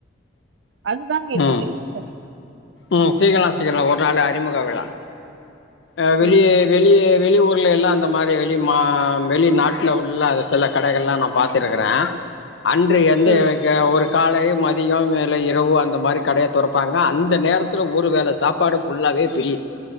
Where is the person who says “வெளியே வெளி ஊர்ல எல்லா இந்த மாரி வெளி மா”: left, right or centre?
Left